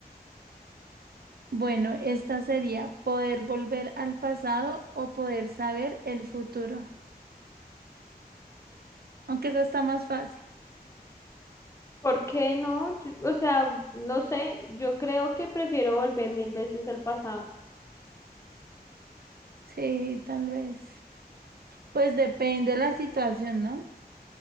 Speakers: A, on the right; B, on the left.
A: Bueno, esta sería poder volver al pasado o poder saber el futuro. Aunque eso está más fácil.
B: ¿Por qué no? Yo- o sea, no sé, yo creo que prefiero volver mil veces al pasado.
A: Sí, tal vez. Pues depende de la situación, ¿no?